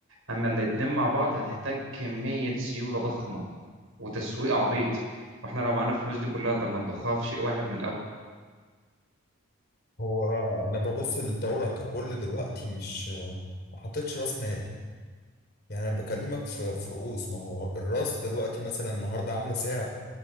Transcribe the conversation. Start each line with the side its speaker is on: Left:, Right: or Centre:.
Right: أما الاتنين مع بعض هتحتاج كمية سيولة ضخمة وتسويق عبيط واحنا لو معانا الفلوس دي كلها طب ما نضخها في شيء واحد من الأول
Left: هو انا ببص للدوره ككل دلوقتي مش ما حطيتش راس مال يعني انا بكلمك في في رؤوس ما هو الراس دلوقتي مثلا النهارده عامله سعر